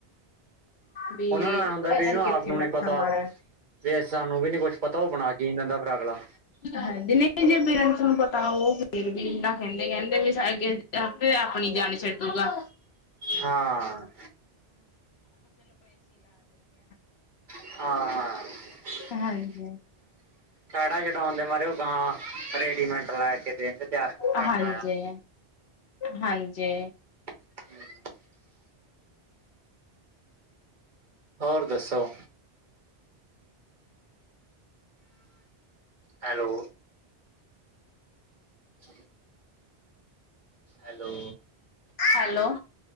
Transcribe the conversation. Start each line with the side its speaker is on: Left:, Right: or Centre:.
Left: ਵੀ
Right: ਉਹਨਾਂ ਨੂੰ ਐ ਹੁੰਦਾ ਵੀ
Left: ਅਸੀਂ
Right: ਇਹਨੂੰ ਆਪ
Left: ਕਿੱਥੇ
Right: ਨੂੰ
Left: ਮੱਥਾ
Right: ਨੀ ਪਤਾ
Left: ਮਾਰਾਂ
Right: ਵੇ ਸਾਨੂੰ ਵੀ ਨੀ ਕੁਛ ਪਤਾ ਉਹ ਬਣਾ ਕੀ ਦਦਾ ਫਰਾਗਲਾ
Left: ਹੈ ਜ ਨਹੀਂ ਜੇ ਪੇਰੈਂਟਸ ਨੂੰ ਪਤਾ ਉਹ ਫੇਰ ਵੀ ਇਨਾ ਕਹਿੰਦੇ ਕਹਿੰਦੇ ਵੀ ਅੱਗੇ ਫ ਆਪਣੀ ਜਾਣੀ ਛੱਡੂਗਾ
Right: ਹਾਂ।
Left: <unintelligible>
Right: ਹਾਂ
Left: ਹਾਂਜੀ
Right: <unintelligible> ਰੇਡੀਮੈਂਟ ਲੈ ਕੇ ਦੇਣਗੇ ਤਿਆਰ ਕੀਤਾ
Left: ਹਾਂਜੀ
Right: ਕਰਾਇਆ।
Left: ਹਾਂਜੀ
Right: <inaudible> ਹੋਰ ਦੱਸੋ? ਹੈਲੋ। ਅੱਛਾ। ਹੈਲੋ
Left: ਹੈਲੋ